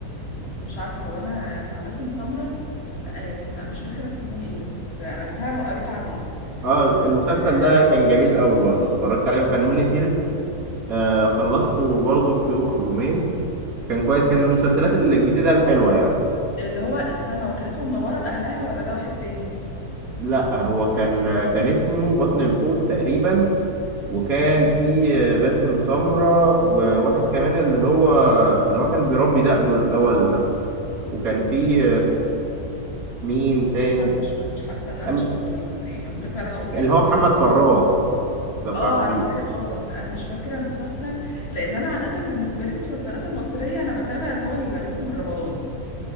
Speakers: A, on the left (about 40°); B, on the right (about 65°).
A: مش عارفة هو انا بتاع باسم سمرة لا آه، لا أنا مش فاكرة اسمه ايه بس انا فعلا قريت عنه
B: اه المسلسل
A: بس اه
B: ده كان جميل قوي برضو اتفرجت عليه وكان ميني سيريز آه
A: آه.
B: خلصته برضو في يوم او يومين كان كويس كان من المسلسلات الجديده الحلوه يعني
A: اللي هو السنة وكان اسمه منورة بأهلها ولا ده واحد تاني
B: لا هو كان كان اسمه بطن الحوت تقريبا وكان
A: مم.
B: في باسم سمرة وواحد كمان اللي هو اللي هو كان بيربي دقنه الأول ده وكان في مين تاني
A: مش عارفه مش فاكره مش حاسه ان انا
B: أم-
A: شفته لا يعني هو ممكن فعلا اب صيني
B: اللي هو محمد فراج لو تعرفيه
A: اه عارفاه اه بس انا مش فاكره المسلسل لان انا عاده بالنسبه لي المسلسلات المصريه انا بتابع اللي هو الموسم الرمضاني